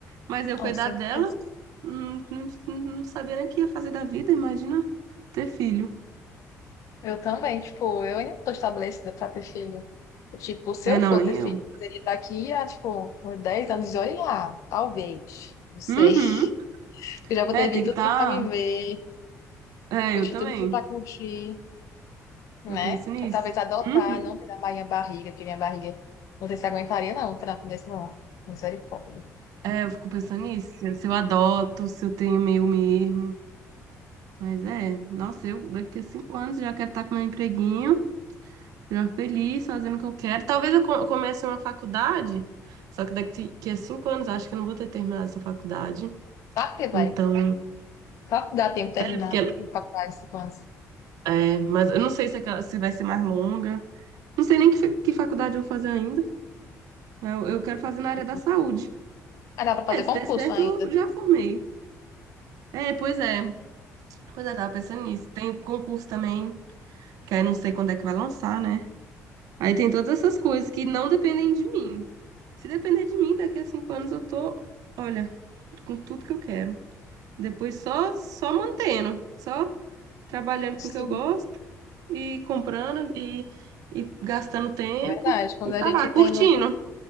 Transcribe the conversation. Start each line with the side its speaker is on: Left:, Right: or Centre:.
Right: Mas eu
Left: Com
Right: cuidar
Left: certeza.
Right: dela, não, não, não sabia nem o que ia fazer da vida, imagina ter filho.
Left: Eu também, tipo, eu ainda não tô estabelecida pra ter filho. Tipo, se
Right: É,
Left: eu
Right: não,
Left: for
Right: nem
Left: ter filho,
Right: eu.
Left: seria daqui a, tipo, uns 10 anos, e olha lá, talvez. Não sei.
Right: Uhum.
Left: <laughs> Eu já vou
Right: É,
Left: ter
Right: tem
Left: vivido
Right: que estar.
Left: tudo que é pra viver,
Right: É,
Left: curtir
Right: eu também.
Left: tudo que é pra curtir. né?
Right: Eu penso nisso.
Left: Eu, talvez adotar,
Right: Uhum.
Left: não ter da minha barriga, porque minha barriga não sei se aguentaria, não, um trampo desse não. Misericórdia.
Right: É, eu fico pensando nisso. Se eu adoto, se eu tenho meu mesmo. Mas é, nossa, eu daqui a cinco anos já quero estar com meu empreguinho. Já feliz, fazendo o que eu quero. Talvez eu co- comece uma faculdade, só que daqui que a cinco anos acho que eu não vou ter terminado essa faculdade.
Left: Claro que
Right: Então,
Left: vai. Só que dá tempo de
Right: é,
Left: terminar
Right: porque,
Left: a faculdade de cinco anos.
Right: é, mas eu não sei se, aquela, se vai ser mais longa. Não sei nem que, fa- que faculdade eu vou fazer ainda. Eu, eu quero fazer
Left: Entendi.
Right: na área da saúde.
Left: Ah, dá pra fazer
Right: É, se
Left: concurso
Right: der certo,
Left: ainda.
Right: eu já formei. É, pois é. Pois é, tava pensando nisso. Tem o concurso também, que aí não sei quando é que vai lançar, né? Aí tem todas essas coisas que não dependem de mim. Se depender de mim, daqui a cinco anos eu tô, olha, com tudo que eu quero. Depois só, só mantendo, só trabalhando
Left: Sim.
Right: com o que eu gosto e comprando e, e gastando tempo
Left: É verdade. Quando
Right: e
Left: a
Right: tá
Left: gente
Right: lá, curtindo.
Left: tem no.